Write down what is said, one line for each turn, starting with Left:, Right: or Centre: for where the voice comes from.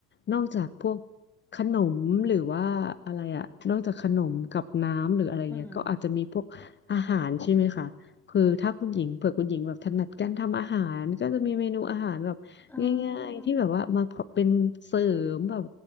Left: นอกจากพวกขนมหรือว่าอะไรอะนอกจากขนมกับน้ำหรืออะไรเงี้ยก็อาจจะมีพวกอาหารใช่ไหมคะคือถ้าคุณหญิงเผื่อคุณหญิงแบบถนัดการทำอาหารก็จะมีเมนูอาหารแบบ
Centre: อืมๆอืมอ่
Left: ง่ายๆที่แบบว่ามาเป็นเสริมแบบ
Centre: า